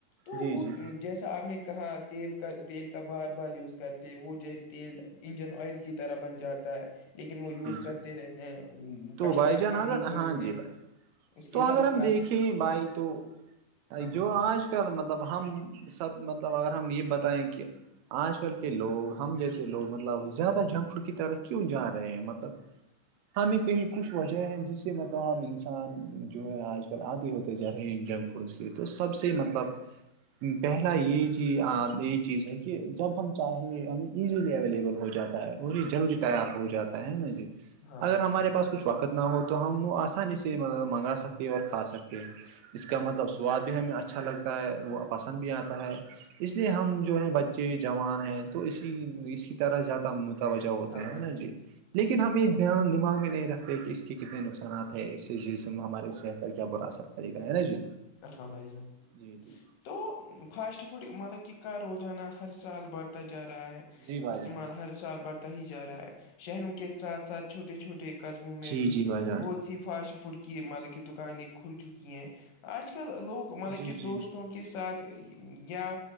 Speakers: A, on the left (about 85°); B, on the right (about 75°).
A: تو
B: جی
A: وہ
B: جی
A: جیسا آپ نے کہا تیل کا تیل کا بار بار یوز کرتے وہ جو تیل انجن آئل کی طرح بن جاتا ہے لیکن وہ یوز
B: جی
A: کرتے
B: جی
A: رہتے ہیں
B: تو
A: کسٹمر
B: بھائی جان
A: کا
B: اگر
A: نہیں سوچتے
B: ہاں جی بھائی
A: اس کی
B: تو اگر
A: ہیلت
B: ہم دیکھیں بھائی تو ب
A: ہاں بھائی
B: جو
A: جان
B: آج کل مطلب ہم سب مطلب اگر ہم یہ بتائیں کہ آج کل کے لوگ ہم جیسے لوگ مطلب زیادہ جنک فوڈ کی طرف کیوں جا رہے رہے ہیں مطلب ہم ایک کہیں کچھ وجہ ہیں جس سے مطلب ہم انسان جو ہے آج کل عادے ہوتے جا رہے ہیں جب پ اس کیے تو سب سے مطلب پہلا یہ چی یہی چیز ہے کہ جب ہم چاہے ہمیں ایزیلی اویلیبل ہو جاتا ہے اور یہ جلدی تیار ہو جاتا ہے نا جی
A: ہاں بھائی
B: اگر ہمارے
A: جان
B: پاس کچھ وقت نہ ہو تو ہم وہ آسانی سےب منگا سکتے ہیں اور کھا سکتے ہیں اس کا مطلب سواد بھی ہمیں اچھا لگتا ہے وہ پسند بھی آتا ہے اس لیے ہم جو ہے بچے جوان ہیں تو اسی اس کی طر زیادہ متوجہ ہوتے
A: ہاں
B: ہیں
A: بھائی
B: نا
A: جان
B: جی لیکن ہم
A: ہاں
B: یہ
A: بھائی
B: دان دماغ میں نہیں رکھتے کہ اس کے کتنے نقصانات ہے اس جیز ہماراری صحت پر کیا برا اثر پڑے گا ہے نا جی
A: ہاں بھائی جان
B: جی جی
A: تو فاسٹ فوڈ مطلب کہ کا روزانہ ہر سال بڑھتا جا رہا ہے
B: جی بھائی
A: استعمال
B: جان
A: ہر سال بڑھتا ہی جا رہا ہے شہروں کے ساتھ ساتھ چھوٹے چھوٹے کے قصبوں میں
B: جی
A: بھی
B: جی بھائی جان
A: بہت سی فاسٹ فوڈ کی مطلب کی دکانیں کھل چکی ہیں آج کل لوگ مطلب
B: جی
A: کہ
B: جی
A: دوستوں کے ساتھ یا